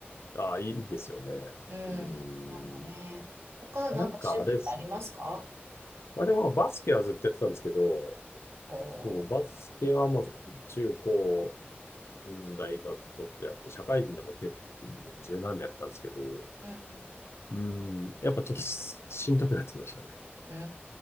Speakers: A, on the left; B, on the right.
A: ああ、いいですよね。
B: うん。
A: うーん。
B: なんかね、他なんか趣味ってありますか
A: なんかあれです。まあでもまあバスケはずっとやってたんですけど、
B: おー。
A: そう、バスケはまあ中高、うん大学ちょっとやって、社会人でも結構もう十何年やったんですけど、
B: うん。
A: うん、やっぱちょっとし、しんどくなってきましたね。
B: うー